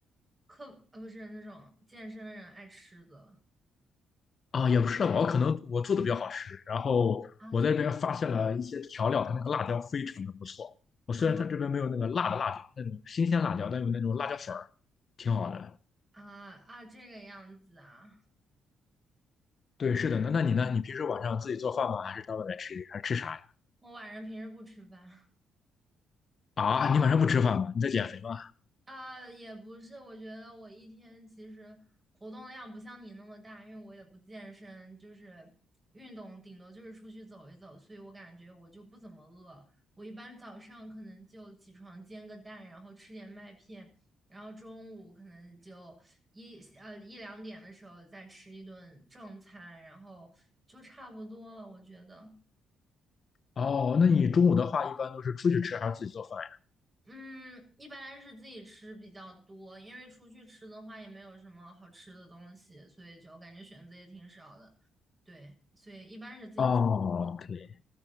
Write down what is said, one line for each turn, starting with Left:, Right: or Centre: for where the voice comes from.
Right: 课呃不是那种健身的人爱吃的
Left: 啊，也不是吧，我可能我做的比较好吃。然后我在这边发现了一些调料，
Right: 啊，真
Left: 它那个辣椒非常的不错。我虽然它这边没有那个辣的辣椒，
Right: 啊
Left: 那种新鲜辣椒，但有那种辣椒粉儿，挺好的。
Right: 啊啊这个样子啊。
Left: 对，是的。那那你呢？你平时晚上自己做饭吗？还是到外面吃？还是吃啥呀？
Right: 我晚上平时不吃饭。
Left: 啊，你晚上不吃饭吗？你在减肥吗？
Right: 啊，也不是，我觉得我一天其实活动量不像你那么大，因为我也不健身，就是运动顶多就是出去走一走，所以我感觉我就不怎么饿。我一般早上可能就起床煎个蛋，然后吃点麦片，然后中午可能就一呃一两点的时候再吃一顿正餐，然后就差不多了，我觉得。
Left: 哦，那你中午的话一般都是出去吃还是自己做饭
Right: 嗯，一般是自己吃比较多，因为出去吃的话也没有什么好吃的东西，所以就感觉选择也挺少的。对，所以一般是自己吃。
Left: 呀？哦，
Right: 哦，
Left: 可以。